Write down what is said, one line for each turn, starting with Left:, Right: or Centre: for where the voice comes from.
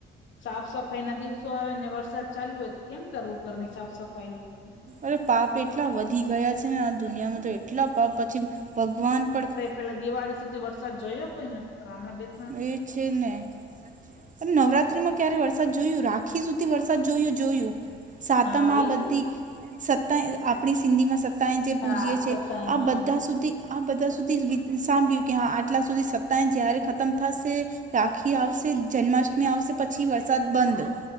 Left: સાફ સફાઈ ના દિવસો આવે ને વરસાદ ચાલુ હોય કેમ કરવું ઘરની સાફ સફાઈ ને બધું?
Right: અરે પાપ એટલા વધી ગયા છે ને આ દુનિયામાં તો એટલા પાપ પછી ભગવાન પણ
Left: પેહલા દિવાળી સુધી વરસાદ જોયો કોઈ ને રામડા બેન
Right: એ છે ને અને નવરાત્રીમાં ક્યારે વરસાદ જોયું, રાખી સુધી વરસાદ જોયું જોયું, સાતમ
Left: હા
Right: આ
Left: એજ
Right: બધી
Left: ને
Right: સત્તા એ આપણી સિંધી માં સત્તાય જે
Left: હા
Right: પૂજીએ છીએ
Left: સતાય
Right: આ
Left: હા
Right: બધા સુધી આ બધા સુધી વિ સાંભળ્યું કે હા આટલા સુધી સત્તા જ્યાંરે ખત્ મ થશે રાખી આવશે, જન્માષ્ટમી આવશે પછી વરસાદ બંધ.